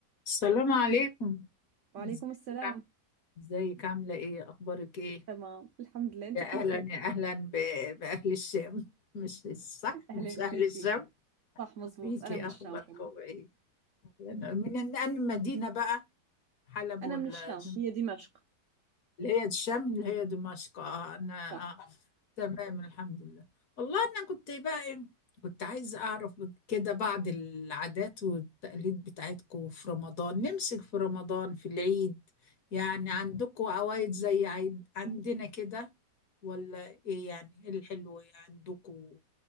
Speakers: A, on the left (about 60°); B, on the right (about 80°).
A: السلام عليكم
B: وعليكم
A: ازيك
B: السلام
A: عام- ازيك عاملة ايه اخبارك ايه
B: تمام الحمد لله انت
A: يا اهلا
B: كيفك
A: يا اهلا ب- باهل الشام مش صح
B: أهلا
A: مش اهل
B: فيكي
A: الشام
B: صح مزبوط
A: فيكي
B: انا من الشام
A: اخباركم
B: كمان
A: ايه من من انهي مدينة بقى حلب
B: انا
A: ولا
B: من الشام هي دمشق
A: اللي هي الشام اللي هي دمشق اه انا
B: صح
A: آه. تمام الحمد لله والله انا كنت بقى إيه، كنت عايزه اعرف كده بعض العادات والتقاليد بتاعتكم في رمضان نمسك في رمضان في العيد يعني عندكم عوايد زي عيد عندنا كده ولا ايه يعني ايه الحلو إيه عندكم